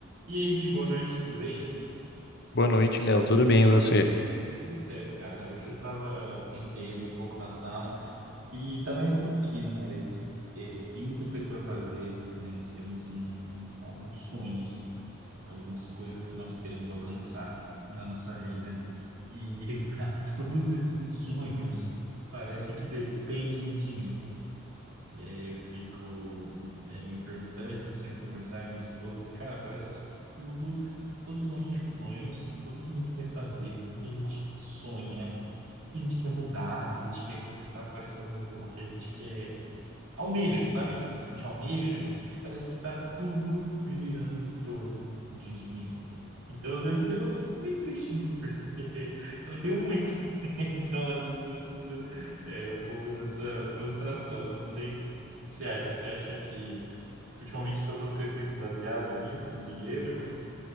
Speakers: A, on the right; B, on the left.
A: E aí, Vi, boa noite, tudo bem?
B: Boa noite, Léo. Tudo bem, e você?
A: Tudo certo, cara. Hoje eu tava, sentei ali um pouco na sala e tava refletindo, cara. A gente eh, tem muita coisa para fazer, né? Nós temos uns, alguns sonhos, algumas coisas que nós queremos alcançar na nossa vida. E, <laughs> cara, todos esses sonhos parece que depende de dinheiro. Eu fico eh, me perguntando, a gente senta pra conversar, eu e minha esposa, e, cara, parece que tudo, todos os nossos sonhos, tudo que a gente quer fazer, tudo que a gente sonha, que a gente quer mudar, que a gente quer conquistar, parece o o que a gente quer almeja, sabe? As coisas que a gente almeja, parece que tá tudo girando em torno de dinheiro. Então, às vezes, eu fico bem triste, né? Porque <laughs> eu tenho muito. <laughs> Então, às vezes, eu sinto é, um pouco dessa frustração. Eu não sei o que você acha. Você acha que ultimamente todas as coisas têm se baseado nisso, em dinheiro?